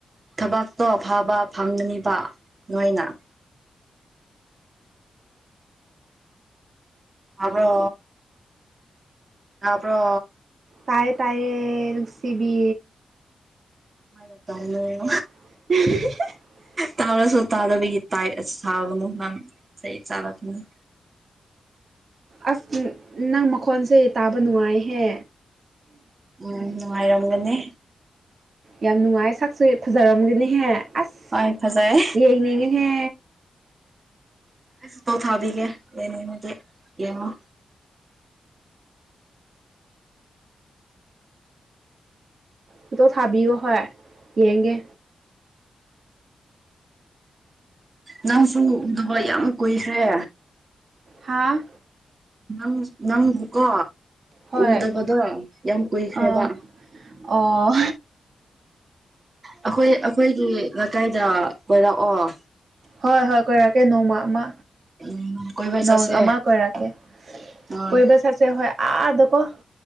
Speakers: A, on the right (about 30°); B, on the right (about 45°).
A: ꯊꯕꯇꯣ ꯐꯥꯕ ꯐꯪꯒꯅꯤꯕ ꯅꯣꯏꯅ ꯑ꯭ꯔꯣ ꯑꯞ꯭ꯔꯣ
B: ꯇꯥꯏꯌꯦ ꯇꯥꯏꯌꯦ ꯅꯨꯡꯁꯤꯕꯤ
A: ꯥꯏ
B: <inaudible>
A: ꯇꯥꯔꯁꯨ ꯇꯥꯗꯕꯒꯤ ꯁꯥꯕꯅꯨ ꯅꯪ ꯆꯍꯤ ꯆꯥꯔꯛꯀꯅꯤ
B: ꯑꯁ ꯅꯪ ꯃꯈꯣꯟꯁꯦ ꯇꯥꯕ ꯅꯨꯡꯉꯥꯏꯍꯦ
A: ꯎꯝ ꯅꯨꯡꯉꯥꯏꯔꯣꯒꯟꯅꯦ
B: ꯌꯥꯝ ꯅꯨꯡꯉꯥꯏ ꯁꯛꯁꯨ ꯐꯖꯔꯝꯒꯅꯤꯍꯦ ꯑꯁ
A: ꯍꯣꯏ ꯐꯖꯩ
B: ꯌꯦꯡꯅꯤꯡꯉꯦꯍꯦ
A: ꯑꯁ ꯄꯥꯎ ꯊꯥꯕꯤꯒꯦ ꯌꯦꯅꯦꯅꯒ ꯌꯦꯡꯉꯣ
B: ꯄꯇꯣ ꯊꯥꯕꯤꯌꯣ ꯍꯣꯏ ꯌꯦꯡꯒꯦ
A: ꯅꯪꯁꯨ ꯎꯗꯕ ꯌꯥꯝ ꯀꯨꯏꯈ꯭ꯔꯦ
B: ꯍꯥꯥ
A: ꯅꯪ ꯅꯪꯕꯨꯀꯣ
B: ꯍꯣꯏ
A: ꯎꯗꯕꯗꯣ ꯌꯥꯝ ꯀꯨꯏꯈ꯭ꯔꯦꯕ
B: ꯑ ꯑꯣ
A: ꯑꯩꯈꯣꯏ ꯑꯩꯈꯣꯏꯒꯤ ꯂꯩꯀꯥꯏꯗ ꯑꯣꯏꯔꯛꯑꯣ
B: ꯍꯣꯏ ꯍꯣꯏ ꯀꯣꯏꯔꯛꯀꯦ ꯅꯣꯡꯃ ꯑꯃ
A: ꯎꯝ ꯀꯣꯏꯕ
B: ꯅꯣꯡ
A: ꯆꯠꯁꯦ
B: ꯑꯃ ꯀꯣꯏꯔꯛꯀꯦ
A: ꯑ
B: ꯀꯣꯏꯕ ꯆꯠꯁꯦ ꯍꯣꯏ ꯑꯥꯗ ꯋꯥ